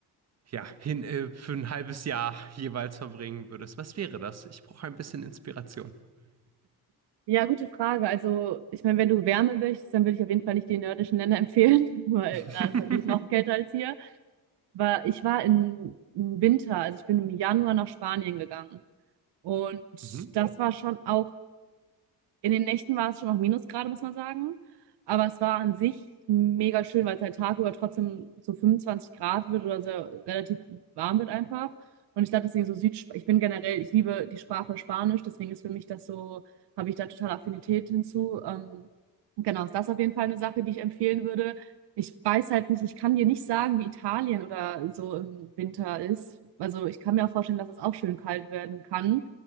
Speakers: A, on the right (about 40°); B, on the right (about 80°).
A: ja, hin, äh, für ein halbes Jahr jeweils verbringen würdest, was wäre das? Ich brauche ein bisschen Inspiration.
B: Ja, gute Frage. Also, ich meine, wenn du Wärme willst, dann würde ich auf jeden Fall nicht die nördischen Länder empfehlen, <laughs> weil
A: <laughs>
B: da ist natürlich noch kälter als hier. war, ich war im Winter, also ich bin im Januar nach Spanien gegangen. Und
A: mhm.
B: das war schon auch in den Nächten war es schon noch Minusgrade, muss man sagen. Aber es war an sich mega schön, weil es halt tagüber trotzdem so 25 Grad wird oder so relativ warm wird einfach. Und ich glaube, deswegen so Süd, ich bin generell, ich liebe die Sprache Spanisch, deswegen ist für mich das so, habe ich da total Affinität hinzu. Ähm, genau, ist das auf jeden Fall eine Sache, die ich empfehlen würde. Ich weiß halt nicht, ich kann dir nicht sagen, wie Italien oder so im Winter ist. Also ich kann mir auch vorstellen, dass es auch schön kalt werden kann